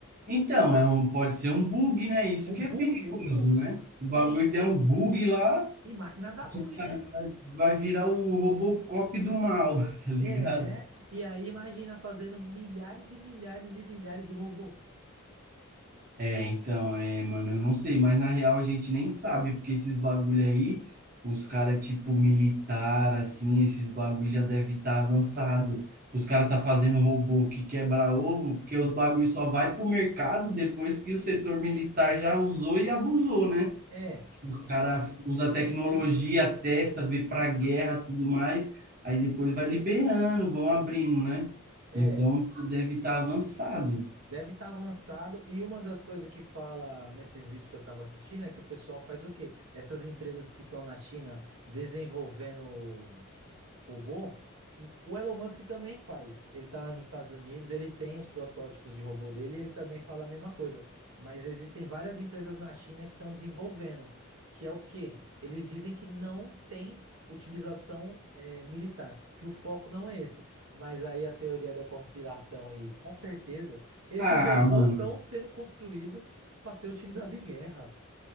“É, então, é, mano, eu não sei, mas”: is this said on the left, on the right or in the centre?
Right